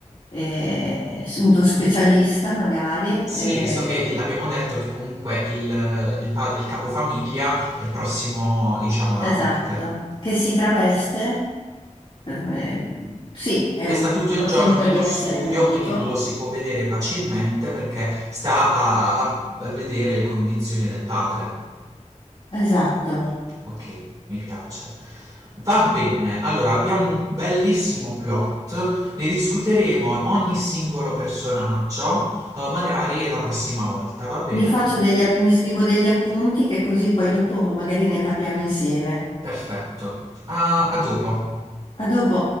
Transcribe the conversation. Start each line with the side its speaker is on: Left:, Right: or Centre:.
Left: eh, uno specialista magari,
Right: Sì,
Left: eh,
Right: visto che il- abbiamo detto che comunque il, il pa- il capofamiglia è prossimo, diciamo, alla
Left: esatto,
Right: morte.
Left: che si traveste, eh, sì, è
Right: E
Left: un-
Right: sta tutto il
Left: fa
Right: giorno
Left: finta
Right: nello
Left: di essere
Right: studio,
Left: medico
Right: quindi non lo si può vedere facilmente perché sta a, a vedere le condizioni del padre.
Left: Esatto.
Right: Ok, mi piace. Va bene, allora abbiamo un bellissimo plot, ne discuteremo ogni singolo personaggio, eh, magari la prossima volta, va bene?
Left: Mi faccio degli app- mi scrivo degli appunti che così poi dopo magari ne parliamo insieme.
Right: Perfetto. a a dopo.
Left: A dopo.